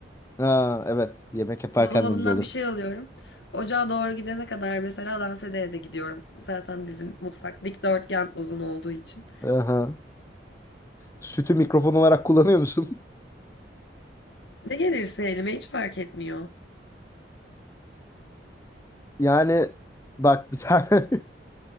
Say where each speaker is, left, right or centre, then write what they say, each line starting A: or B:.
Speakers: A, on the left; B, on the left.
A: Ha, evet. Yemek yaparken
B: Buzdolabından
A: de güzel olur.
B: bir şey alıyorum. Ocağa doğru gidene kadar mesela dans ede de gidiyorum. Zaten bizim mutfak dikdörtgen uzun olduğu için.
A: <laughs> Aha. Sütü mikrofon olarak kullanıyor musun? <laughs>
B: Ne gelirse elime hiç fark etmiyor.
A: Yani bak bir tane